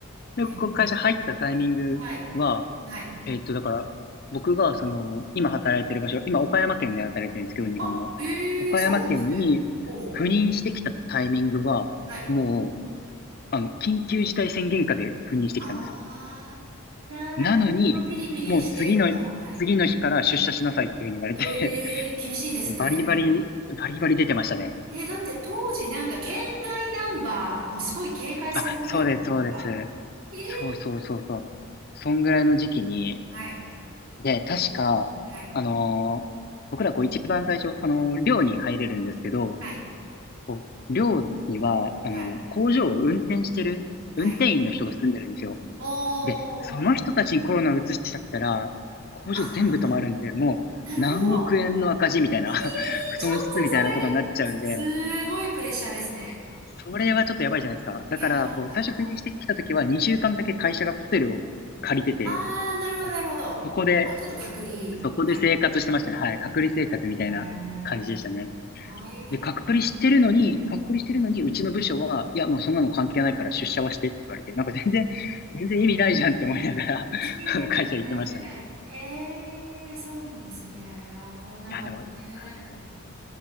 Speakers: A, on the left; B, on the right.
A: で、
B: えー
A: 僕会社入ったタイミングは、
B: はい。はい。
A: えっと、だから、僕が、その、今働いてる場所、今岡山県で働いてるんですけど、日本の。
B: あ、へえ、
A: 岡山県に
B: そうなんですね。ほうほ
A: 赴任してきたタイミングは、
B: う。はい。
A: もう、あの、緊急事態宣言下で赴任してきたんですよ。
B: ああ、じゃあなんかいろいろピリピリしてきた。
A: なのに、もう次の、
B: はい。
A: 次の日から出社しなさいっていうふうに言われて
B: ええ、
A: <laughs>
B: 厳しいですね。
A: バリバリ、バリバリ出てましたね。
B: え、だって当時なんか県外ナンバーもすごい警戒されてたじゃないですか。
A: あ、そうです、そうです。
B: ええ、
A: そうそうそうそう。そんぐらいの時期に、
B: はい。
A: で、確か、
B: はい。
A: あのー僕らこう一番最初、あのー寮に入れるんですけど、
B: はい。
A: こう寮には、あのー工場を運転してる、
B: はい。はい。
A: 運転員の人が住んでるんですよ。
B: お
A: で、その人たちにコロナを移しちゃったら、
B: ー。
A: 工場全部止まるんで、
B: ああ、
A: もう何億円の赤字みたいな、
B: なるほど。え
A: <laughs>
B: ーちょっとそれ、
A: 損失みたいなことになっちゃうんで、
B: すごいプレッシャーですね。
A: それはちょっとやばいじゃないですか。だから、
B: いやー。
A: こう、最初赴任してきた時は、2週間だけ会社がホテルを借りてて、
B: ああ、なるほど、
A: こうそこで
B: なるほど。まあ、ちょっと隔離。はい。
A: そこで生活してましたね。はい。
B: なるほ
A: 隔離生活みたいな感じでしたね。
B: どね。大変。
A: で、隔離してるのに、
B: はい。
A: 隔離してるのに、うちの部署は、いや、もうそんなの関係ないから出社はしてって言われて、なんか全然、全然意味ないじゃんって思いながら
B: 気いいですね。
A: <laughs> あの会社行ってましたね。い
B: へえ、そうなんですね。いやー、コロナ禍もね。
A: や、でも、うん